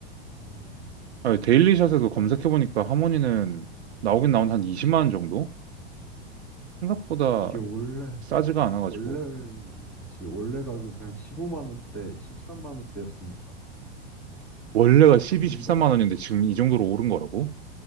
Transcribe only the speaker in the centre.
어,
진짜
이게 원래
원래 그치 원래 가격이 한 15만 원대, 13만 원대였으니까
사실
이것이